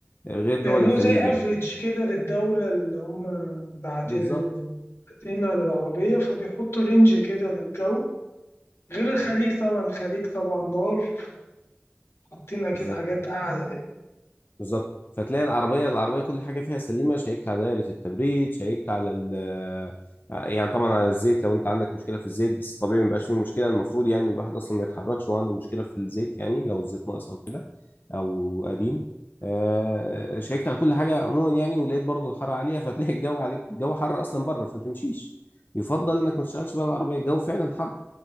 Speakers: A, on the left; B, on the left.
A: غير دول
B: بيعملوا
A: الخليج
B: زي
A: يعني
B: افريج كده للدولة اللي هم باعتين
A: بالظبط
B: باعتينها للعربية فبيحطوا رينج كده للجو غير الخليج طبعا الخليج طبعا نار فحاطين أكيد
A: بالظبط
B: حاجات أعلى
A: بالظبط فتلاقي العربية العربية كل حاجة فيها سليمة شيكت على دايرة التبريد شيكت على ال آه، يعني طبعا على الزيت لو انت عندك مشكلة في الزيت بس طبيعي ما بيبقاش فيه مشكلة المفروض يعني الواحد اصلا ما يتحركش وهو عنده مشكلة في الزيت يعني لو الزيت ناقص او كده او قديم آه، شيكت على كل حاجة عموما يعني ولقيت برضو الحر عالية فتلاقي الجو عليك الجو حر اصلا بره فما تمشيش يفضل انك ما تشتغلش بقى العربية الجو فعلا حر